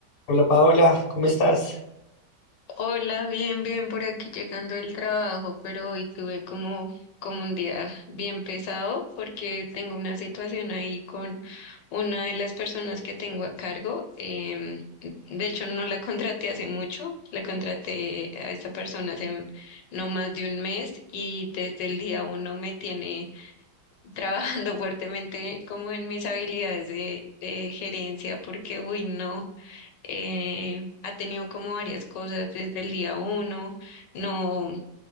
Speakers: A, on the left (about 65°); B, on the left (about 85°).
A: Hola Paola, ¿cómo estás?
B: Hola, bien, bien por aquí llegando del trabajo, pero hoy tuve como, como un día bien pesado porque tengo una situación ahí con una de las personas que tengo a cargo. em, de hecho, no la contraté hace mucho, la contraté a esta persona hace no más de un mes y desde el día uno me tiene trabajando <laughs> fuertemente como en mis habilidades de, de gerencia porque, uy, no eh, ha tenido como varias cosas desde el día uno, no,